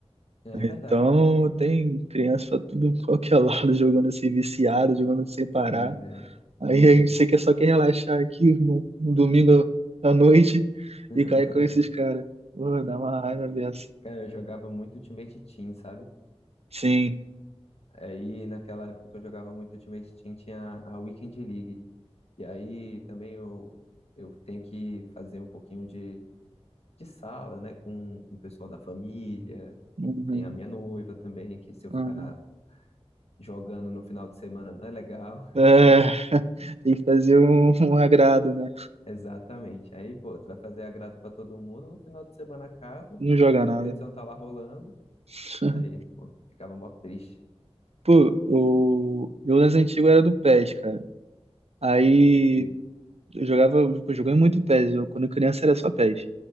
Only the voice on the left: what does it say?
É
verdade.
Sim, velho.
Uhum.
<laughs>
Cara, eu jogava muito Ultimate Team, sabe?
Aí naquela época que eu jogava muito Ultimate Team tinha a Weekend League. E aí também eu, eu tenho que fazer um pouquinho de de sala, né, com, com o pessoal da família.
Tem a minha noiva também, que se eu ficar
jogando no final de semana não é legal.
<laughs>
Exatamente. Aí, pô, tu vai fazer agrado pra todo mundo, no final de semana acaba,
a competição
tá lá rolando.
Aí, pô, ficava mó triste.
E